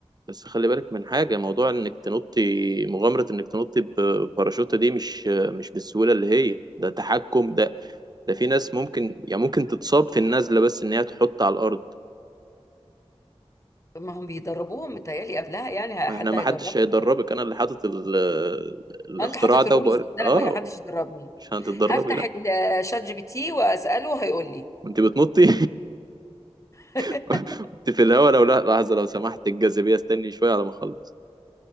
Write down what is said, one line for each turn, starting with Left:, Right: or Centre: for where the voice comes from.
Right: بس خلي بالك من حاجه موضوع انك تنطي مغامره انك تنطي ب- بباراشوت دي مش مش بالسهوله اللي هي ده تحكم ده ده في ناس ممكن يعني ممكن تتصاب في النزله بس ان هي تحط على الارض
Left: ما هم بيدربوهم متهيألي قبلها يعني
Right: ما
Left: حد
Right: احنا ما
Left: هيدربني
Right: حدش هيدربك انا اللي حاطط ال- الاختراع
Left: آه، انت حاطط
Right: ده
Left: الرولز
Right: وبقول
Left: دي إن
Right: اه
Left: انا ما حدش يدربني
Right: مش هتتدربي
Left: هفتح
Right: لا
Left: الشات جي بي تي واساله هيقول لي
Right: وانت بتنطي
Left: <laughs>
Right: <laughs> كنت في الهوا لو لا لحظه لو سمحت الجاذبيه استني شويه على ما اخلص